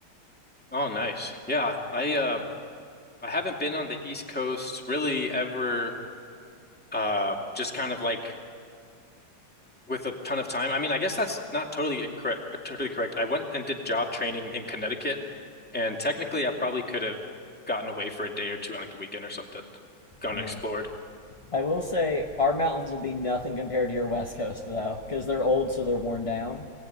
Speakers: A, in the centre; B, on the left.
A: Oh, nice. Yeah, I uh, I haven't been on the East Coast really ever. Um, just kind of like with a ton of time. I mean, I guess that's not totally incorrect. uh, Totally correct. I went and did job training in Connecticut, and technically, I probably could have gotten away for a day or two on like a weekend or something, gone and
B: Yeah.
A: explored.
B: I will say our mountains will be nothing compared to your West Coast though, because they're old, so they're worn down.